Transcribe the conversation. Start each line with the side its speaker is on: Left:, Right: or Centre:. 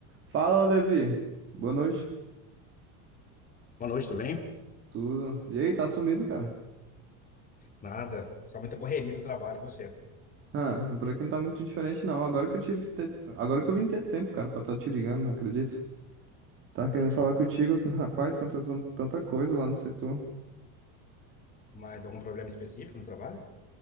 Right: Fala, Levi. Boa noite.
Left: Boa noite, tudo bem?
Right: Tudo. E aí, tá sumido, cara?
Left: Nada, só muita correria do trabalho, e você?
Right: Ah, por aqui não tá muito diferente, não. Agora que eu tive. te- Agora que eu vim ter tempo, cara, pra estar te ligando, não acredito. Tava
Left: Acredito.
Right: querendo falar contigo, tu- rapaz, aconteceu tanta coisa lá no setor.
Left: Mas algum problema específico no trabalho?